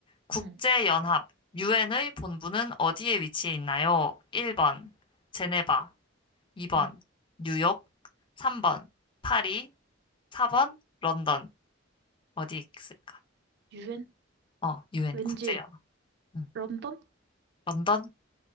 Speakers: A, on the left; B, on the right.
A: 국제연합,
B: 응,
A: 유엔의 본부는 어디에 위치해 있나요? 1번, 제네바, 2번,
B: 응.
A: 뉴욕, 3번, 파리, 4번, 런던. 어디에 있을까?
B: 유엔?
A: 어, 유엔,
B: 왠지
A: 국제연합. 응.
B: 런던?
A: 런던?